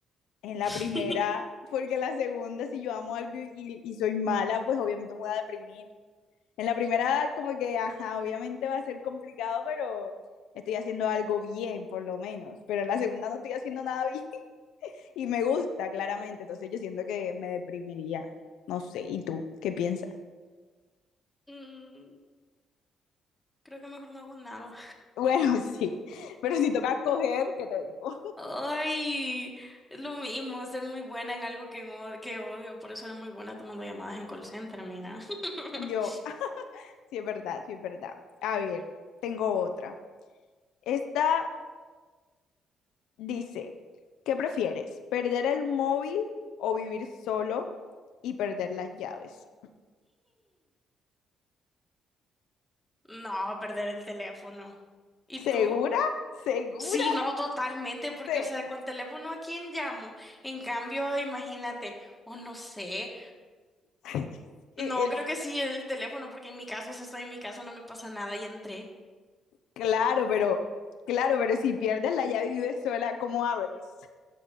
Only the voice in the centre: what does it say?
<laughs>
Mm, creo que mejor no hago nada.
Ay, es lo mismo, ser muy buena en algo que, no- que odio, por eso era muy buena tomando llamadas en call center, mira. <laughs>
No, perder el teléfono. ¿Y
tú?
Sí, no, totalmente, porque,
o sea, con teléfono a quién llamo. En cambio, imagínate, o no sé.
No, creo
que sí, el teléfono, porque en mi caso, si estoy en mi casa, no me pasa nada y entré.